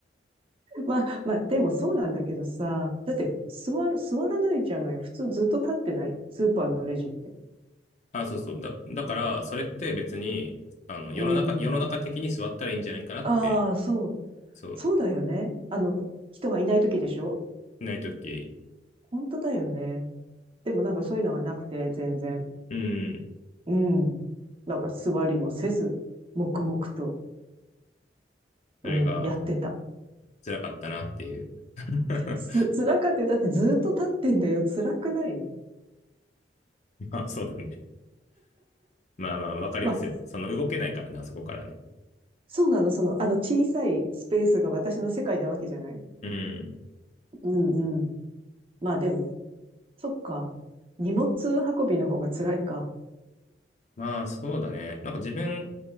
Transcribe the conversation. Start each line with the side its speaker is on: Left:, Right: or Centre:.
Right: まあまあ、でもそうなんだけどさ、だって座る、座らないじゃない。普通ずっと立ってない。スーパーのレジって。
Left: あ、そうそう。だ、だから、それって別に、あの、世の中、
Right: うん。
Left: 世の中的に座ったらいいんじゃないかなって、
Right: ああ、そう。
Left: そう、
Right: そうだよね。あの、人がいない時でしょ
Left: ないとき、
Right: 本当だよね。でもなんかそういうのがなくて、全然。
Left: うん、
Right: うん。なんか座りもせず、黙々と、
Left: それが
Right: うん、やってた。
Left: 辛かったなっていう。<laughs>
Right: つ、辛かったよ。だってずっと立ってんだよ。辛くない
Left: まあそうだね。まあまあ、わかりますよ。
Right: まあ、
Left: その動けないからな、そこからね。
Right: そうなの。その、あの小さいスペースが私の世界なわけじゃない
Left: うん。
Right: うんうん。まあでも、そっか。荷物運びの方が辛いか。
Left: まあ、そうだね。なんか自分、